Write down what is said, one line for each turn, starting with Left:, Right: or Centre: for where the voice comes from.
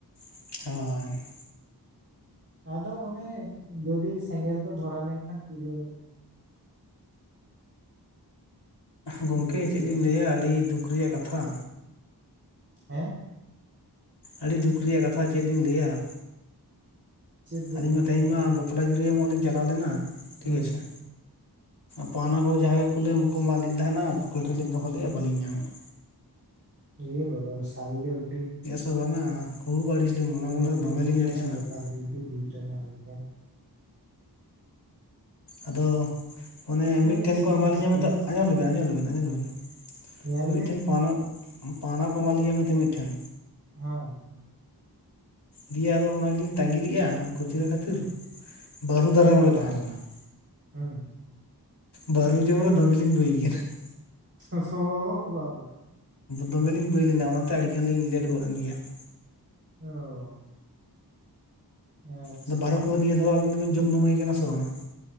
Left: ᱦᱳᱸᱭ ᱾
Right: ᱟᱫᱚ ᱚᱱᱮ, ᱡᱩᱫᱤ ᱥᱮᱸᱜᱮᱞ ᱠᱚ ᱫᱷᱚᱨᱟᱣ ᱞᱮᱱᱠᱷᱟᱱ ᱯᱩᱨᱟᱹᱼᱼ
Left: ᱜᱚᱢᱠᱮ
Right: ᱤᱭᱟᱹ ᱩᱛᱟᱹᱨᱚᱜᱼᱟ
Left: ᱪᱮᱫ ᱞᱤᱧ ᱞᱟᱹᱭᱟ ᱟᱹᱰᱤ ᱫᱩᱠ ᱨᱮᱭᱟᱜ ᱠᱟᱛᱷᱟ
Right: ᱦᱮᱸ?
Left: ᱟᱹᱰᱤ ᱫᱩᱠ ᱨᱮᱭᱟᱜ ᱠᱟᱛᱷᱟ ᱪᱮᱫ ᱞᱤᱧ ᱞᱟᱹᱭᱟ ᱾
Right: ᱪᱮᱫ ᱫᱚ
Left: ᱟᱹᱞᱤᱧ
Right: ᱫᱩ
Left: ᱢᱟ ᱛᱮᱦᱮᱧ
Right: ᱠᱟᱱᱟ
Left: ᱢᱟ
Right: ᱵᱤᱱ
Left: ᱵᱟᱯᱞᱟ ᱜᱤᱨᱦᱟᱹ ᱮᱢᱚᱜ ᱞᱤᱧ ᱪᱟᱞᱟᱣ ᱞᱮᱱᱟ, ᱴᱷᱤᱠ
Right: ᱦᱮᱸ
Left: ᱟᱪᱷᱮᱼᱼ ᱯᱟᱣᱱᱟ ᱠᱚ ᱡᱟᱸᱦᱟᱭ ᱠᱚ ᱮᱢᱟᱫ ᱞᱤᱧ ᱛᱟᱸᱦᱮᱱᱟ ᱯᱚᱠᱮᱴ ᱨᱮᱞᱤᱧ ᱫᱚᱦᱚ ᱞᱮᱫᱼᱟ ᱵᱟᱹᱞᱤᱧ ᱧᱟᱢᱮᱫᱼᱟ ᱾
Right: ᱮ ᱵᱟᱵᱟ, ᱥᱟᱨᱤ ᱜᱮ ᱩᱰᱤᱼᱼ
Left: ᱛᱚ ᱵᱟᱝᱟ, ᱠᱷᱩᱵᱽ ᱟᱹᱲᱤᱥ ᱞᱮ ᱢᱚᱱᱮ ᱢᱚᱱᱮ
Right: ᱟᱹᱰᱤ
Left: ᱫᱚᱢᱮᱞᱤᱧ
Right: ᱫᱩᱠ ᱨᱮᱱᱟᱜ
Left: ᱟᱹᱲᱤᱥᱮᱱᱟ
Right: ᱵᱮᱯᱟᱨ
Left: ᱾
Right: ᱟᱹᱰᱤ ᱫᱩᱠ ᱨᱮᱱᱟᱜ ᱵᱮᱯᱟᱨ
Left: ᱟᱫᱚ, ᱢᱟᱱᱮ ᱢᱤᱫᱴᱷᱮᱱ
Right: ᱟᱫᱚ ᱪᱮᱫ
Left: ᱠᱚ
Right: ᱵᱤᱱ
Left: ᱮᱢᱟᱞᱤᱧᱟ
Right: ᱪᱤᱠᱟᱹᱭᱟ
Left: ᱢᱮᱱᱛᱮᱜᱼᱼ ᱟᱸᱡᱚᱢ ᱞᱮᱵᱤᱱ ᱟᱡᱚᱢ ᱞᱮᱵᱤᱱ ᱟᱡᱚᱢ ᱞᱮᱵᱤᱱ
Right: ᱧᱮᱞ
Left: ᱢᱤᱫᱴᱷᱮᱱ
Right: ᱵᱤᱱ
Left: ᱯᱟᱣᱱᱟ, ᱯᱟᱣᱱᱟ ᱠᱚ ᱮᱢᱟ ᱞᱤᱧᱟ ᱢᱮᱱᱛᱮ ᱢᱤᱫᱴᱷᱮᱱᱼᱼ
Right: ᱦᱚᱸ
Left: ᱫᱤᱭᱮ ᱟᱫᱚ ᱚᱱᱟ ᱜᱮᱞᱤᱧ ᱛᱟᱸᱜᱤ ᱞᱮᱫᱼᱟ, ᱠᱷᱩᱪᱨᱟᱹ ᱠᱷᱟᱹᱛᱤᱨ ᱵᱟᱹᱨᱩ ᱫᱟᱨᱮ ᱚᱸᱰᱮ ᱛᱟᱦᱮᱸ ᱞᱮᱱᱟ ᱾
Right: ᱦᱩᱸ ᱾
Left: ᱵᱟᱨᱩ ᱡᱚᱢ ᱨᱮ ᱫᱚᱢᱮ ᱞᱤᱧ ᱵᱟᱹᱭ ᱠᱟᱱᱟ ᱾
Right: ᱳᱦᱳ ᱵᱟᱵᱟᱼᱼ
Left: ᱫᱚᱢᱮᱞᱤᱧ ᱵᱟᱹᱭ ᱞᱮᱱᱟ ᱚᱱᱟᱛᱮ ᱟᱹᱰᱤ ᱜᱟᱱ ᱞᱤᱧ ᱞᱮᱴ ᱜᱚᱫ ᱮᱱ ᱜᱮᱭᱟ ᱾
Right: ᱚ ᱟᱪᱪᱷᱟ
Left: ᱟᱫᱚ ᱵᱟᱹᱨᱩ
Right: ᱟᱪᱪᱷᱟ
Left: ᱠᱚ ᱱᱤᱭᱟᱹ ᱫᱷᱟᱣ ᱟᱵᱤᱱ ᱫᱚᱵᱤᱱ ᱡᱚᱢ ᱱᱩᱢᱟᱹᱭ ᱠᱟᱱᱟ ᱥᱮ ᱵᱟᱝᱟ?